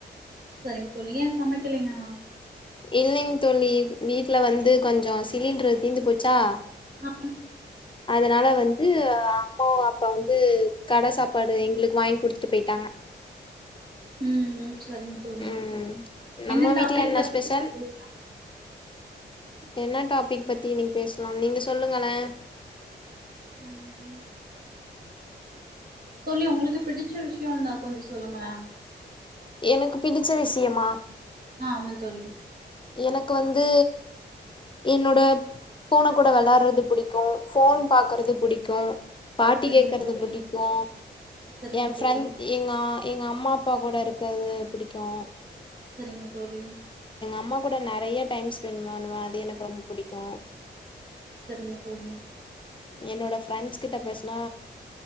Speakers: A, on the right; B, on the left.
A: சரி தோழி ஏ சமைக்கலயா?
B: இல்லேங் தோழி வீட்ல வந்து கொஞ்சோ சிலிண்ட்ரு தீந்து போச்சா
A: ஆ
B: அதனால வந்து அம்மா அப்பா வந்து கட சாப்பாடு எங்களுக்கு வாங் குடுத்துட்டு போயிட்டாங்க
A: ம் சரிங்க தோழி
B: ம் நம்ம
A: என்ன டாபிக்
B: வீட்ல என்ன
A: பத்தி
B: ஸ்பெஷல்
A: <inaudible> லா
B: என்ன டாபிக் பத்தி இன்னக்கி பேசலாம் நீங்க சொல்லுங்களே.
A: ம் தோழி உங்களுக்கு பிடிச்ச விஷயோ இருந்தா கொஞ்சோ சொல்லுங்களே
B: எனக்கு பிடிச்ச விஷயமா?
A: ஆமா தோழி.
B: எனக்கு வந்து என்னோட பூனக் கூட வெளாட்றது புடிக்கு ஃபோன் பாக்கறது புடிக்கு. பாட்டி
A: சரிங்க
B: கேக்கறது
A: தோழி
B: புடிக்கு
A: சரிங்க
B: ஏன் ஃப்ரெண்ட்
A: தோழி
B: எங்க அ எங்க அம்மா அப்பா கூட இருக்கறது புடிக்கும்
A: சரிங்க தோழி.
B: அம்மா கூட நறைய டைம் ஸ்பெண்ட் பண்ணுவே அது எனக்கு ரொம்ப புடிக்கு
A: சரிங்க தோழி
B: என்னோட ஃப்ரெண்ட்ஸ் கிட்ட பேசுனா